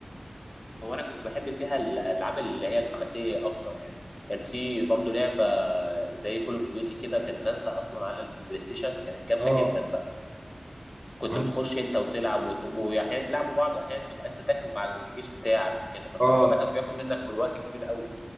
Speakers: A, on the left (about 25°); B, on the right (about 25°).
A: هو انا كنت بحب فيها الالعاب اللي هي الحماسيه اكتر يعني كان في برضو لعبه زي كول اوف ديوتي كده كانت نازله اصلا على البلاي ستيشن كانت جامده
B: اه
A: جدا بقى. كنت
B: انا
A: بتخش
B: بص-
A: انت وتلعب وت- واحيانا تلعبوا بعض واحيانا تبقى انت داخل مع الجيش بتاعك وكده فالموضوع
B: اه
A: ده كان بياخد منك من الوقت كبير قوي